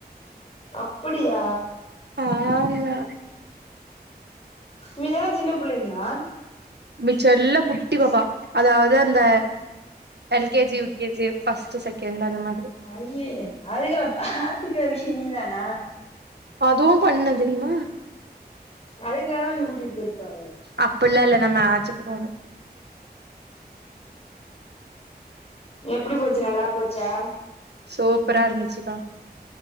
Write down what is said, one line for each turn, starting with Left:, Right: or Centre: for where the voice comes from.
Left: அப்புடியா
Right: ஆமா
Left: மீதியெல்லா சின்ன பிள்ளைங்களா
Right: மிச்சயெல்ல குட்டி பாப்பா அதாவ்து அந்த L K G U K G first second அந்த மாதிரி
Left: அய்யேயே அதுகள பாத்துக்குக்கு நீதானா
Right: அதுவு பண்ண தெரியுமா
Left: அதுங்கள தா நீ கூட்டிட்டு போய்ருக்க <unintelligible>
Right: அப்பில்லா இல்ல நம்ம ஆச்சிட்டு போனோ
Left: எப்டி போச்சு நல்லா போச்சா
Right: சூப்பரா இருந்துச்சுக்கா